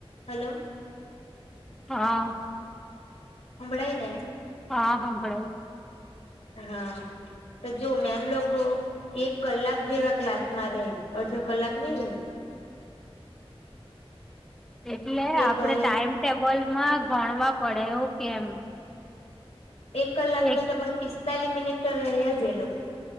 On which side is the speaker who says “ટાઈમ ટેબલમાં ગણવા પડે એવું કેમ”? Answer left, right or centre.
Centre